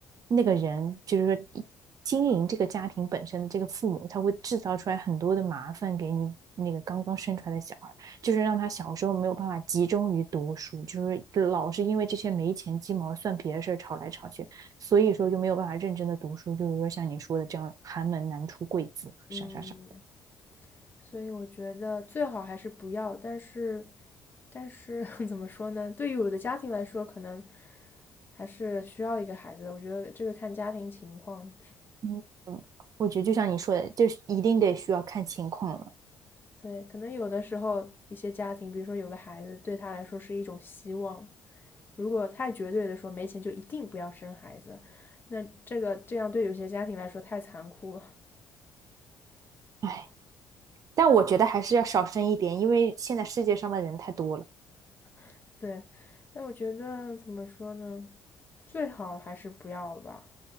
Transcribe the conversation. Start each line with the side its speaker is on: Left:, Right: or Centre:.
Right: 那个人，就是说经营这个家庭本身的这个父母，他会制造出来很多的麻烦给你那个刚刚生出来的小孩，就是让他小时候没有办法集中于读书，就是老是因为这些没钱鸡毛蒜皮的事儿吵来吵去，所以说就没有办法认真的读书，就是说像你说的这样寒门难出贵子，
Left: 嗯。
Right: 啥啥啥。
Left: 所以我觉得最好还是不要，但是，但是 <laughs> 怎么说呢？对于我的家庭来说，可能还是需要一个孩子的。我觉得这个看家庭情况，
Right: 嗯嗯，我觉得就像你说的，就是一定得需要看情况了。
Left: <laughs> 对，可能有的时候一些家庭，比如说有个孩子，对他来说是一种希望。如果太绝对的说没钱就一定不要生孩子，那这个这样对有些家庭来说太残酷了。
Right: 哎，但我觉得还是要少生一点，因为现在世界上的人太多了。
Left: <laughs> 对，但我觉得怎么说呢？最好还是不要吧。